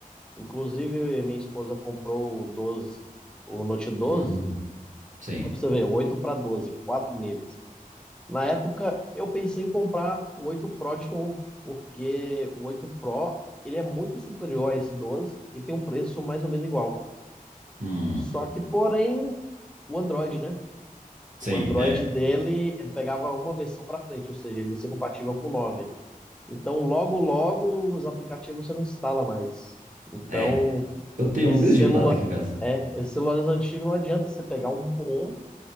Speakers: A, in the centre; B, on the right.
A: Inclusive minha esposa comprou o doze o Note 12,
B: Hum, sim.
A: mas pra você ver, 8 para 12 quatro níveis. Na época eu pensei em comprar o 8 Pro de novo, porque o 8 Pro ele é muito superior a esse 12 e tem um preço mais ou menos igual.
B: Hum,
A: Só que, porém, o Android, né?
B: sim,
A: O Android
B: é.
A: dele, ele pegava uma versão para frente, ou seja, ele ia ser compatível com o 9. Então, logo, logo, os aplicativos você não instala mais. Então,
B: É, eu tenho
A: esse
B: um desse
A: celular,
B: jeito parado aqui em casa.
A: é, esses celulares antigos não adianta você pegar um bom,